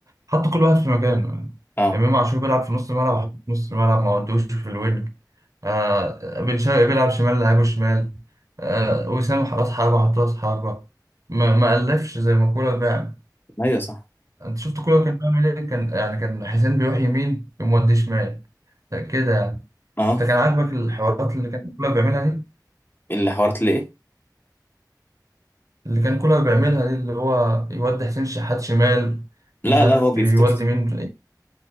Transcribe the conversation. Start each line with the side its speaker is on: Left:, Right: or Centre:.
Right: حط كل واحد في مكانه يعني
Left: اه
Right: إمام عاشور بيلعب في نص الملعب وحط في نص الملعب ما ودوش في الوينج آه، بن شرقي بيلعب شمال لعبه شمال آه، وسام راس حربة حط راس حربة ما ما ألفش زي ما كولر بيعمل
Left: ايوه صح
Right: أنت شفت كولر كان بيعمل إيه كان يعني كان حسين بيروح يمين يقوم مودي شمال كده يعني
Left: اه
Right: انت كان عاجبك الحوارات اللي كان كولر بيعملها دي
Left: اللي حوارت ليه
Right: اللي كان كولر بيعملها دي اللي هو يودي حسين شحات شمال
Left: لا
Right: ومش عارف
Left: لا هو بيفتكر
Right: يودي مين